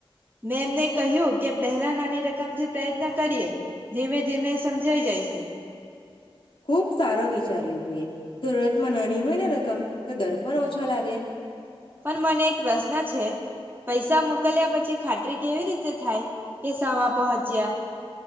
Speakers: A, on the right; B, on the left.
A: મેં એમને કહ્યું કે પહેલા નાની રકમથી પ્રયત્ન કરીએ, ધીમે ધીમે સમજાઈ જાય છે.
B: ખુબ સારા વિચાર્યું તું એ. જરૂરતમાં નાની હોય ને રકમ. તો દર પર ઓછા લાગે.
A: પણ મને એક પ્રશ્ન છે. પૈસા મોકલ્યા પછી ખાતરી કેવી રીતે થાય કે સમા પહોચ્યા.